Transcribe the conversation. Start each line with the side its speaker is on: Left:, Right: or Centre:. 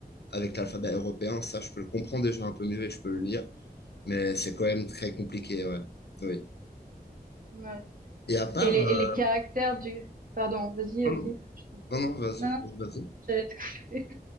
Left: avec l'alphabet européen, ça, je peux le comprendre déjà un peu mieux et je peux le lire, mais c'est quand même très compliqué, ouais. Oui.
Right: Ouais.
Left: Et à part,
Right: Et les,
Left: euh,
Right: et les caractères du... Pardon, vas-y,
Left: non,
Right: vas-y,
Left: non,
Right: je t'en
Left: non,
Right: prie.
Left: non, vas-y,
Right: Non, non,
Left: vas-y.
Right: j'allais te couper.